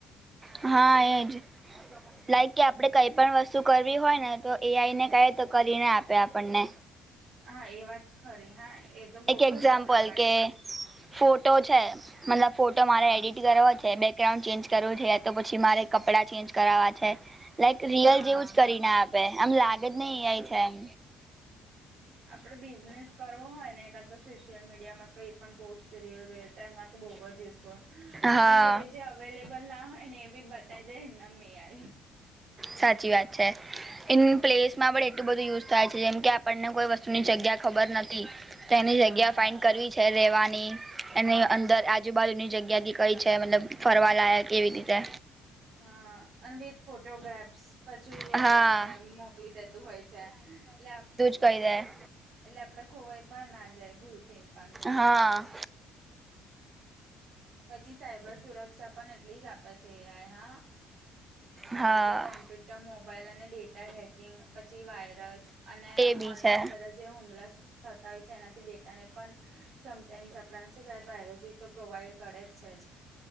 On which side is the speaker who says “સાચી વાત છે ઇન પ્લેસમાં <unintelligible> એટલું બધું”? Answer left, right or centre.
Right